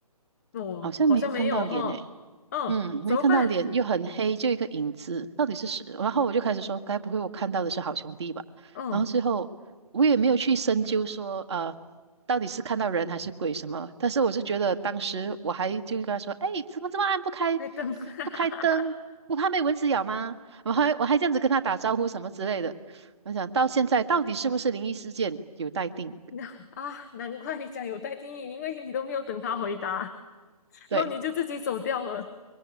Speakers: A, on the left (about 25°); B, on the right (about 45°).
A: 我好像没有哈。
B: 好像没有看到脸呢。
A: 嗯，
B: 嗯，
A: 怎么办？
B: 没看到脸又很黑，就一个影子，到底是谁？然后我就开始说，该不会我看到的是好兄弟吧？
A: 嗯，
B: 然后最后我也没有去深究说，呃，到底是看到人还是鬼什么。但是我是觉得当时我还就跟他说，哎，怎么这么暗，不开
A: 在等。<laughs>
B: 不开灯，不怕被蚊子咬吗？我还我还这样子跟他打招呼什么之类的。我想到现在到底是不是灵异事件有待定。
A: 那啊，难怪你讲有待定义，因为你都没有等他回答，
B: 对
A: 然后你就自己走掉了。